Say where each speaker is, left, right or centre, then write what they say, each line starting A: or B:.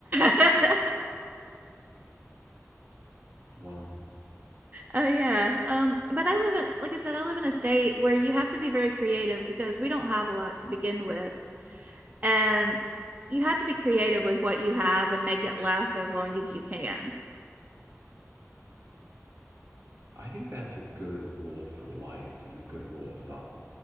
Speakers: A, on the right (about 35°); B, on the right (about 70°).
A: <laughs>
B: Wow.
A: Oh yeah. Um, but I live in, like I said, I live in a state where you have to be very creative because we don't have a lot to begin with. And you have to be creative with what you have and make it last as long as you can.
B: I think that's a good rule for life and a good rule of thumb.